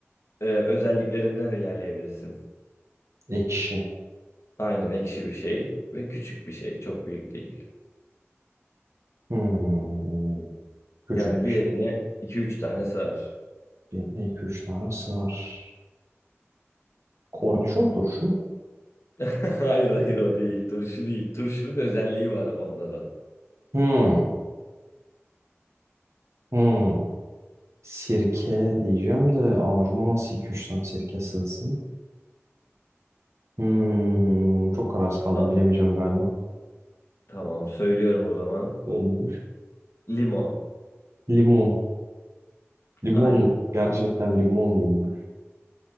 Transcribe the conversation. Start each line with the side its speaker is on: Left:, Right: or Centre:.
Left: e, özelliklerinden ilerleyebilirsin.
Right: ekşi.
Left: Aynen ekşi bir şey ve küçük bir şey. Çok büyük değil.
Right: Hmm. Küçük
Left: Yani
Right: bir
Left: bir
Right: şey.
Left: eline iki üç tane sığar.
Right: Bir, iki, üç tane sığar. Kornişon turşu.
Left: <laughs> Hayır hayır o değil. Turşu değil. Turşunun özelliği var onda da.
Right: Hmm. Hmm. Sirke diyeceğim de avucuma nasıl iki üç tane sirke sığsın? Hmm. Çok kararsız kaldım
Left: Ta-
Right: bilemeyeceğim galiba.
Left: tamam söylüyorum o zaman.
Right: Olmuş.
Left: Limon.
Right: Limon. Limon
Left: Aynen.
Right: mu? Gerçekten limon muymuş?